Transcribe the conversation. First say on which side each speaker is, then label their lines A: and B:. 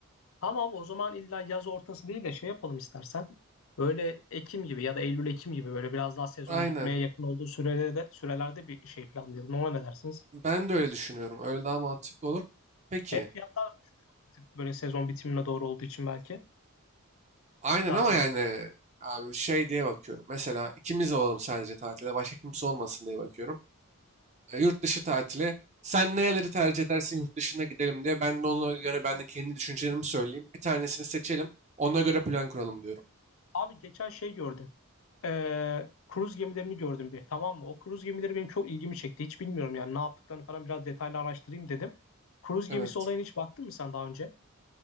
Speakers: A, on the left; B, on the right.
A: Tamam o zaman illa yaz ortası değil de şey yapalım istersen. Böyle Ekim gibi ya da Eylül Ekim gibi böyle biraz daha sezonun
B: Aynen.
A: bitmeye yakın olduğu sürelerde, sürelerde bir şey planlayalım. Ona ne dersiniz?
B: Ben de öyle düşünüyorum. Öyle daha mantıklı olur. Peki.
A: Hem fiyatlar da bir tık böyle sezon bitimine doğru olduğu için belki
B: Aynen
A: daha
B: ama
A: uygun.
B: yani abi şey diye bakıyorum. Mesela ikimiz olalım sadece tatile. Başka kimse olmasın diye bakıyorum. E, yurt dışı tatili. Sen nereleri tercih edersin yurt dışına gidelim diye. Ben de ona göre ben de kendi düşüncelerimi söyleyeyim. Bir tanesini seçelim. Ona göre plan kuralım diyorum.
A: Abi geçen şey gördüm. Ee, kruz gemilerini gördüm bir. Tamam mı? O kruz gemileri benim çok ilgimi çekti. Hiç bilmiyorum yani ne yaptıklarını falan biraz detaylı araştırayım dedim. Kruz
B: Evet.
A: gemisi olayına hiç baktın mı sen daha önce?